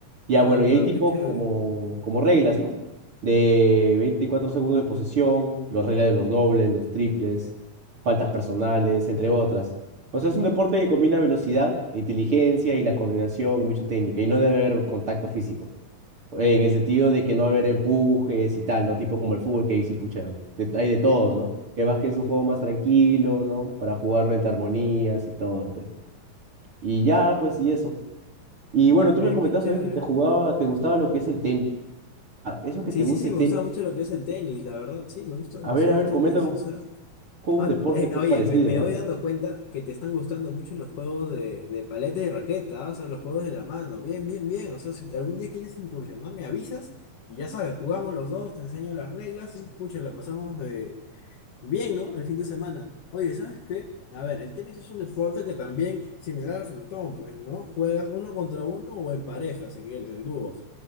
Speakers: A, on the right; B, on the left.
A: Ya,
B: Claro,
A: bueno, y
B: claro,
A: hay tipo
B: qué chévere.
A: como, como reglas, ¿no? De 24 segundos de posesión, las reglas de los dobles, los triples, faltas personales, entre otras. O sea, es un deporte que combina velocidad, inteligencia y la coordinación, mucha técnica, y no debe haber contacto físico eh, en el sentido de que no va a haber empujes y tal, ¿no? Tipo como el fútbol que dice, pucha, de- hay de todo, ¿no? Que más que es un juego más tranquilo, ¿no? Para jugarlo entre armonías y todo, pues. Y ya, pues, y eso. Y bueno, tú
B: Oye,
A: me comentabas
B: qué chévere.
A: también que te jugaba, te gustaba lo que es el tenis. Ah, Eso que
B: Sí,
A: te gusta
B: sí, sí,
A: el
B: me
A: tenis,
B: gustaba mucho lo que es el tenis, la verdad, sí, me gusta demasiado
A: a ver, a ver,
B: el tenis,
A: comenta un
B: o sea...
A: poco un
B: Ah,
A: deporte
B: eh,
A: que
B: oye,
A: es parecido,
B: me, me voy
A: ¿ah?
B: dando cuenta que te están gustando mucho los juegos de, de paleta y raqueta, ah, O sea, los juegos de la mano, bien, bien, bien, o sea, si algún día quieres incursionar, me avisas y ya sabes, jugamos los dos, te enseño las reglas y, pucha, la pasamos Bien, ¿no? El fin de semana. Oye, ¿sabes qué? A ver, el tenis es un deporte que también, similar al frontón, pues, ¿no? Juegas uno contra uno o en pareja, si quieres, en dúos.